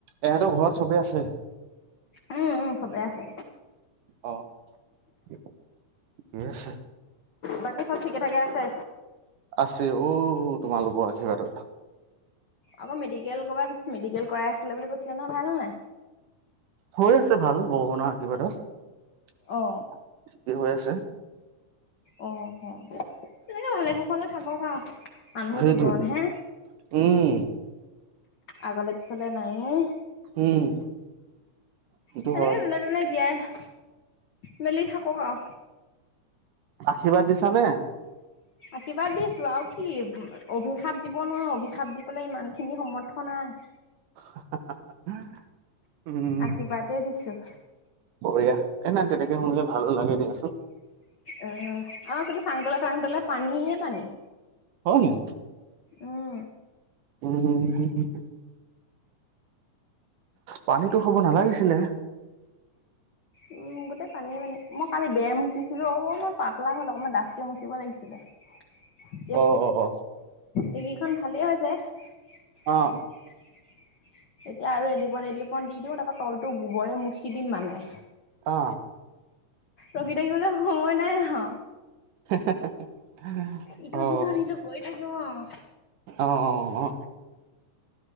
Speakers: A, on the right (about 80°); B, on the left (about 70°).
A: এহেঁতৰ ঘৰত চবে আছে।
B: উম' উম চবে আছে।
A: অ' ঠিকে আছে।
B: বাকী চব ঠিকে থাকে আছে
A: আছে অ' তোমালোকৰ আশীৰ্বাদত।
B: আকৌ মেডিকেল ক'ৰবাত মেডিকেল কৰাই আছিলে বুলি কৈছিলে নহয় ভাল হ'লনে নাই?
A: হৈ আছে ভাল ভগৱানৰ আশীৰ্বাদত
B: অ
A: ঠিকে হৈ আছে।
B: অ' অ' অ' তেনেকে ভালে কুশলে থাকক আও মানুহ
A: সেইটোৱেটো
B: দুজন হে।
A: উম।
B: আগলে পিছলে নায়েই।
A: উম। সেইটো
B: তেনেকে
A: হয়
B: যেনে তেনে জীয়াই- মেলি থাকক আও
A: আশীৰ্বাদ দিছা নে?
B: আশীৰ্বাদ দিছো আও কি অভিশাপ দিব নোৱাৰো অভিশাপ দিবলৈ ইমানখিনি সমৰ্থ নাই।
A: হা হা উম।
B: আশীৰ্বাদে দিছো।
A: বঢ়িয়া এ নাই তেনেকে শুনিলে ভালো লাগে দিয়াচোন।
B: অ আৰু কিন্তু চাংতলে তাংতলে পানীয়ে পানী
A: হয় নেকি
B: উম
A: উম উম উ উ পানীতো খাব নালাগিছিলে।
B: উম গোটেই পানীয়ে পানী মই কালি বেৰ মুচিছিলো অকণমান পাতলা হ'ল অকণমান ডাঠকে মুচিব লাগিছিলে। <unintelligible> এ
A: অ অ অ
B: এইকেইখন ভালেই হৈছে <unintelligible>
A: অ
B: এতিয়া আৰু এলিপন এলিপন দি দিও তাৰ পৰা তলতো গোবৰে মুচি দিম মানে
A: অ
B: ৰখি থাকিবলৈ সময় নাই আহা
A: হে হে
B: ইটোৰ
A: অ
B: পিছত সিটো কৰি থাকিম আৰু।
A: অ অ অ